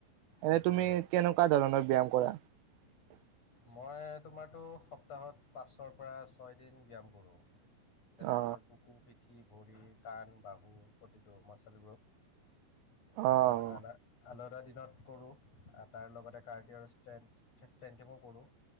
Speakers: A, on the left; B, on the right.
A: সেইটোৱে
B: এনে তুমি কেনেকুৱা ধৰণৰ ব্যায়াম কৰা? <inaudible>
A: মই তোমাৰটো সপ্তাহত পাঁচৰ পৰা ছয় দিন ব্যায়াম কৰোঁ। যেনে
B: অ
A: তোমাৰ বুকু পিঠি ভৰি কাণ বাহু প্ৰতিটো মাচালবোৰক তাৰপিছত
B: অ
A: আদা আলাদাৰ দিনত কৰোঁ তাৰ লগতে কাৰ্ডিৰ ষ্টেন ষ্ট্ৰেনদিঙো কৰোঁ